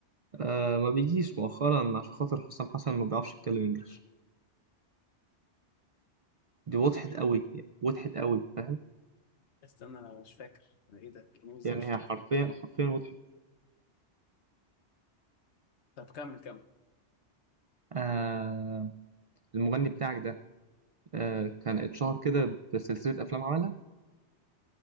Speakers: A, on the right (about 65°); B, on the left (about 75°).
A: آه ما بيجيش مؤخرا عشان خاطر حسام حسن ما بيعرفش يتكلم انجلش دي وضحت
B: ايه
A: قوي
B: ده؟
A: وضحت قوي فاهم
B: استنى انا مش فاكر انا ايه ده؟ يعني ازاي
A: يعني
B: مش فاكر؟
A: هي حرفيا حرفيا وضحت
B: طب كمل كمل
A: آه المغني بتاعك ده آه كان اتشهر كده بسلسلة افلام عملها